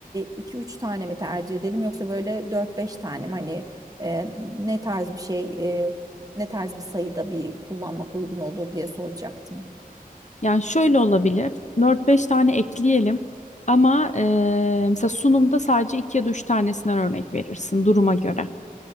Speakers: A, on the right; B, on the left.
A: 2 üç tane mi tercih edelim yoksa böyle dört beş tane mi? Hani e, ne tarz bir şey, e, ne tarz bir sayıda bir kullanmak uygun olur diye soracaktım.
B: Yani şöyle olabilir. dört beş tane ekleyelim. Ama eee, mesela sunumda sadece 2 ya da 3 tanesinden örnek verirsin duruma göre.